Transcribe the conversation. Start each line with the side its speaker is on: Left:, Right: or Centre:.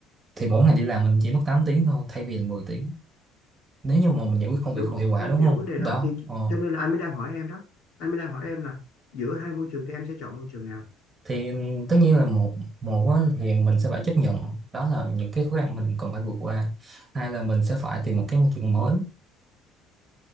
Right: thì mỗi ngày đi làm mình chỉ mất 8 tiếng thôi thay vì là 10 tiếng nếu như mà mình giải quyết công việc
Left: đúng
Right: không hiệu quả
Left: anh
Right: đúng
Left: hiểu
Right: không
Left: vấn đề đó
Right: đó
Left: thì
Right: ờ.
Left: cho nên là anh mới đang hỏi em đó anh mới đang hỏi em là giữa hai môi trường thì em sẽ chọn môi trường nào
Right: thì tất nhiên là một một á, thì mình sẽ phải chấp nhận đó là những cái khó khăn mình cần phải vượt qua hai là mình sẽ phải tìm một cái môi trường mới